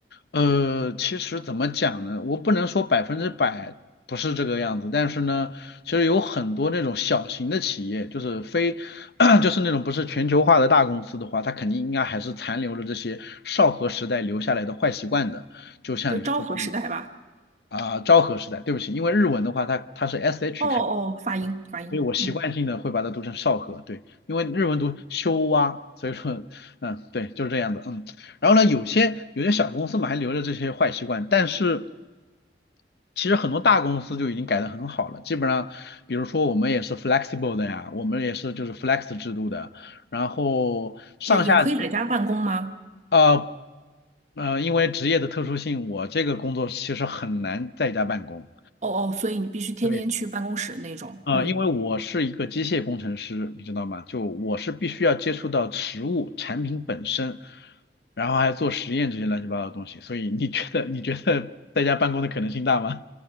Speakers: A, on the left; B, on the right.
A: 呃，其实怎么讲呢？我不能说百分之百不是这个样子，但是呢，其实有很多那种小型的企业，就是非，<clears throat> 就是那种不是全球化的大公司的话，它肯定应该还是残留了这些昭和时代留下来的坏习惯的。就像你说的
B: 就昭和时代吧？
A: 啊、昭和时代，对不起，因为日文的话它它是 sh
B: 哦哦，
A: 开。
B: 发音发音，
A: 所以我习惯性的会把它读成少河，
B: 嗯，
A: 对，因为日文读修蛙，所以说，嗯，对，就是这样的，嗯。然后呢，有些有些小公司嘛还留着这些坏习惯，但是其实很多大公司就已经改得很好了，基本上，比如说我们也是 flexible 的呀，我们也是就是 flex 制度的，然后上下级
B: 也也可以在家办公吗？
A: 呃呃，因为职业的特殊性，我这个工作其实很难在家办公。
B: 哦哦，所以你必须天天去办公室那种，
A: 对。啊，
B: 嗯。
A: 因为我是一个机械工程师，你知道吗？就我是必须要接触到实物产品本身，然后还要做实验这些乱七八糟的东西，所以你觉得你觉得在家办公的可能性大吗？